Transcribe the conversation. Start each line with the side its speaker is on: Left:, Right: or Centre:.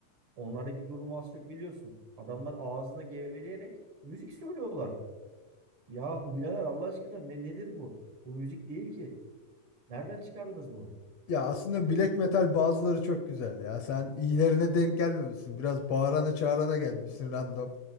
Right: Onlardaki durumu az çok biliyorsun. Adamlar ağzında geveleyerek müzik söylüyorlar. Ya <laughs> birader Allah aşkına ne, nedir bu? Bu müzik değil ki. Nereden çıkardınız bunu?
Left: Ya aslında black metal bazıları çok güzel ya. Sen iyilerine denk gelmemişsin. Biraz bağırana çağırana gelmişsin random.